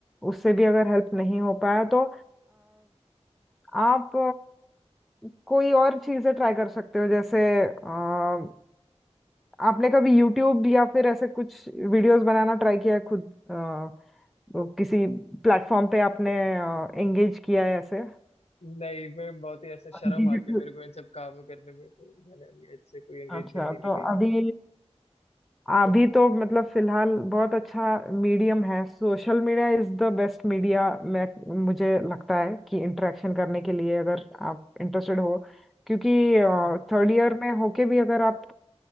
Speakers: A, in the centre; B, on the left.
A: उससे भी अगर हेल्प नहीं हो पाया तो आप अ, कोई और चीजें ट्राई कर सकते हो जैसे अ, आपने कभी यूट्यूब या फिर ऐसे कुछ वीडियोस बनाना ट्राई किया है खुद अ, वो किसी प्लेटफॉर्म पे आपने एंगेज किया है ऐसे
B: नहीं मैं बहुत ही ऐसा शर्म
A: डिजिटल
B: आती है मेरे को इन सब काम करने में तो मैंने अभी इससे कोई एंगेजमेंट
A: अच्छा
B: नहीं दी
A: तो
B: कहीं
A: अभी
B: पे
A: अभी तो मतलब फिलहाल बहुत अच्छा मीडियम है social media Is the best media मैं मुझे लगता है कि इंटरेक्शन करने के लिए अगर आप इंटरेस्टेड हो क्योंकि
B: हम्म।
A: थर्ड ईयर में होके भी अगर आप